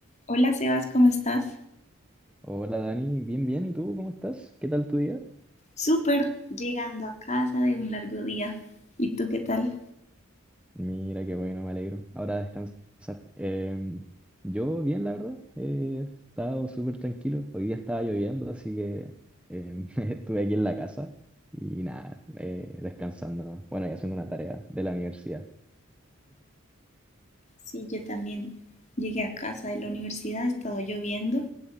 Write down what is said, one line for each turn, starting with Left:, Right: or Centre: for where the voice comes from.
Left: Hola Sebas, ¿cómo estás?
Centre: Hola Dani, bien, bien, ¿y tú cómo estás? ¿Qué tal tu día?
Left: Súper, llegando a casa de un largo día. ¿Y tú qué tal?
Centre: Mira, qué bueno, me alegro. Ahora a descansar. Em, yo bien, la verdad, eh, he estado súper tranquilo. Hoy día estaba lloviendo, así que em, <laughs> estuve aquí en la casa y nada, eh, descansando, ¿no? Bueno, y haciendo una tarea de la universidad.
Left: Sí, yo también llegué a casa de la universidad, ha estado lloviendo,